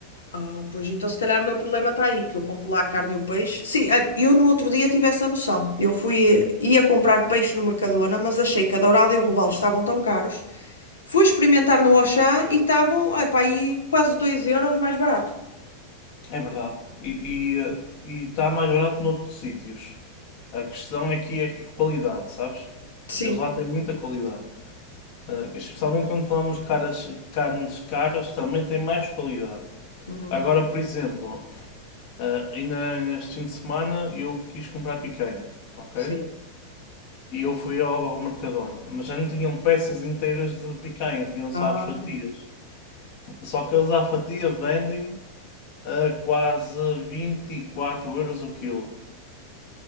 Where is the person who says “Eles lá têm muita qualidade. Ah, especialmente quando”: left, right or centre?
Left